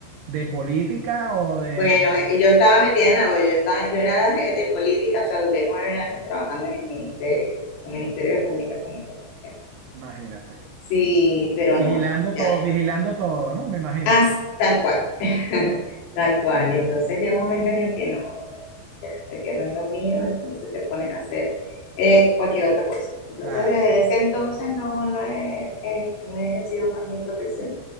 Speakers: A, on the right; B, on the left.
A: de política o de...
B: Bueno,
A: o-
B: eh, yo estaba metida en la olla, yo, estaba, yo era de de política, o sea, duré nueve años trabajando en el ministerio, el Ministerio de Comunicación e Información.
A: imagínate.
B: Sí, pero
A: Vigilando
B: no, no,
A: todo,
B: ya,
A: vigilando todo, ¿no? Me imagino.
B: As, tal cual, <laughs> tal
A: Sí,
B: cual. Entonces llega un momento en el que no, no, no, ya, que no es lo mío, entonces te pones a hacer eh, cualquier otra cosa. Entonces
A: claro.
B: desde ese entonces no, no, he, he- no he ejercido más mi profesión,